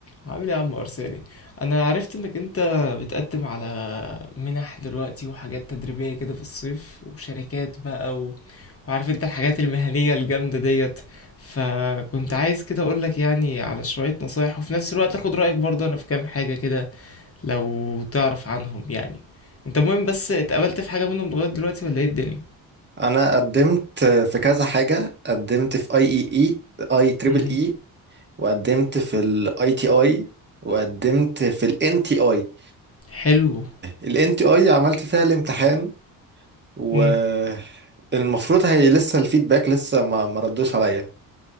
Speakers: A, on the left; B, on the right.
A: عامل ايه يا عم ارساني انا عرفت انك انت بتقدم على منح دلوقتي وحاجات تدريبية كده في الصيف وشركات بقى و... وعارف انت الحاجات المهنية الجامدة ديت فكنت عايز كده اقولك يعني على شوية نصايح وفي نفس الوقت اخد رأيك برضه انا في كام حاجة كده لو تعرف عنهم يعني انت مهم بس اتقابلت في حاجة منهم لغاية دلوقتي ولا ايه الدنيا
B: انا قدمت في كذا حاجه قدمت في اي اي اي اي تريبل
A: مهم.
B: اي وقدمت في الاي تي اي وقدمت في الان تي اي
A: حلو
B: الان تي اي عملت فيها الامتحان والمفروض
A: مم.
B: هي لسه الفيدباك لسه ما ما ردوش عليا